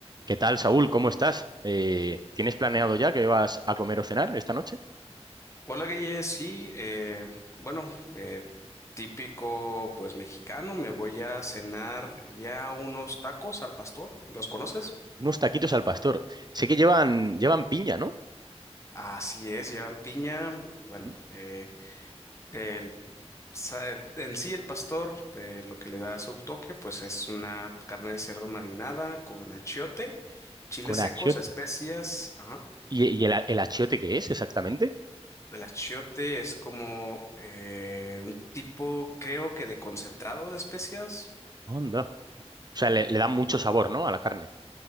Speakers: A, on the right; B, on the left.
A: ¿Qué tal, Saúl? ¿Cómo estás? Eh, ¿tienes planeado ya que vas a comer o cenar esta noche?
B: Hola Guille, sí, eh, bueno, eh, típico pues mexicano, me voy a cenar ya unos tacos al pastor, ¿los conoces?
A: Unos taquitos al pastor. Sé que llevan, llevan piña, ¿no?
B: Así es, llevan piña, bueno,
A: Mm.
B: eh, el, sa- el- en sí el pastor eh, lo que le da su toque pues es una carne de cerdo marinada con achiote, chiles
A: Con
B: secos,
A: achiote.
B: especias, ajá.
A: ¿Y, y el, a- el achiote qué es exactamente?
B: El achiote es como eh, un tipo, creo que de concentrado de especias.
A: Onda. O sea, le, le da mucho sabor, ¿no? A la carne.